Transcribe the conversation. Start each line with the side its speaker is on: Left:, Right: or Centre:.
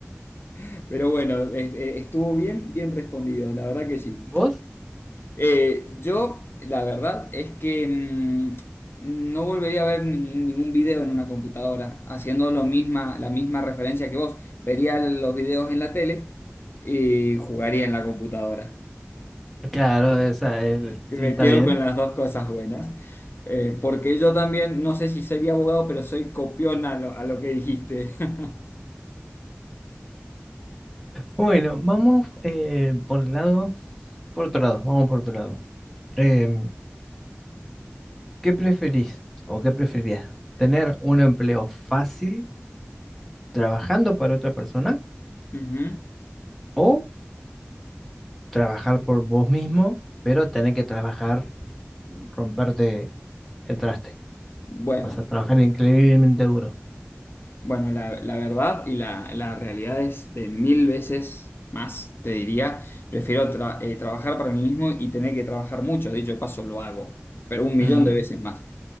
Left: <laughs> pero bueno, es- eh, estuvo bien, bien respondido, la verdad que sí.
Centre: ¿Vos?
Left: Eh, yo, la verdad es que mm, no volvería a ver ningún, ningún video en una computadora, haciendo lo misma, la misma referencia que vos. Vería los videos en la tele y jugaría en la computadora.
Centre: Claro, esa es-
Left: que
Centre: sí,
Left: Me
Centre: está
Left: quedo
Centre: bien.
Left: con las dos cosas buenas. Eh, porque yo también, no sé si sería abogado, pero soy copión a lo, a lo que dijiste. <laughs>
Centre: Bueno, vamos eh, por el lado, por otro lado, vamos por otro lado. Em, ¿qué preferís o qué preferirías? ¿Tener un empleo fácil trabajando para otra persona
Left: Ujú.
Centre: o trabajar por vos mismo, pero tener que trabajar, romperte el traste?
Left: Bueno,
Centre: Vas a trabajar increíblemente duro.
Left: bueno, la, la verdad y la, la realidad es de mil veces más, te diría. Prefiero tra- eh, trabajar para mí mismo y tener que trabajar mucho. Dicho de paso, lo hago, pero un millón
Centre: Ujú.
Left: de veces más